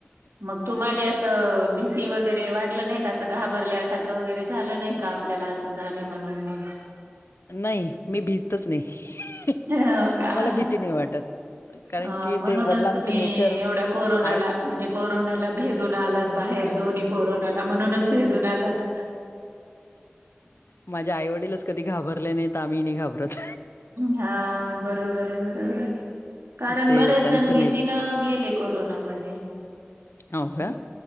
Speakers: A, on the right; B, on the left.
A: मग तुम्हाला असं भीती वगैरे वाढलं नाही का असं घाबरल्यासारखं वगैरे झालं नाही का? आपल्याला असं झालं म्हणून मग.
B: नाही मी भितच नाही.
A: हो का
B: मला भीती नाही वाटत कारण
A: अ
B: की
A: म्हणूनच
B: ते वडलांच
A: तुम्ही
B: नेचर
A: एवढ्या कोरोनाला
B: आहे.
A: म्हणजे कोरोनाला भेदून आलात बाहेर दोन्ही कोरोनाला म्हणूनच भेदून आलात.
B: माझ्या आईवडीलच कधी घाबरले नाही तर आम्ही नाही घाबरत.
A: हा बरोबर आहे बरोबर कारण
B: ते
A: बरेच
B: त्यांचं
A: जण भीतीन
B: नेच
A: गेले. कोरोनामध्ये
B: हो का?